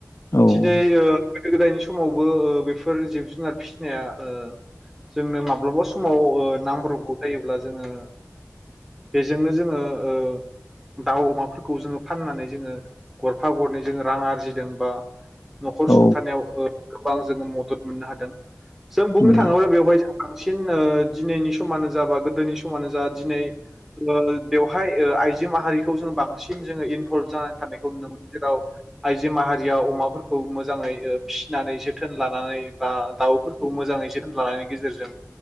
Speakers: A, on the left (about 60°); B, in the centre.
A: औ
B: दिनै
A: औ
B: ओ गोदो गोदायनि समावबो ओ बेफोर जिब जुनार फिसिनाया ओ जोंनो माब्लाबा स समाव ओ नामब्रबगौ जायोब्ला जोङो बेजोंनो जोङो ओ दाउ अमाफोरखौ जोङो फाननानै जोङो गरफा गरनै जोङो रां आरजिदों बा न'खर
A: औ
B: सुंथानायाव ओ गोबां जोङो मदद मोननो हादों। जों बुंनो
A: उम,
B: थाङोब्ला बेवहाय बांसिन दिनैनि समानो जा बा गोदोनि समानो जा दिनै बेवहाय आइजो माहारिखौ जों बांसिन जोङो इनभल्भ जानानै थानायखौ नुनो मोनो जेराव आइजो माहारि बेयाव अमाफोरखौ मोजाङै ओ फिनानै जोथोन लानानै बा दाउफोरखौ मोजाङै जोथोन लानायनि गेजेरजों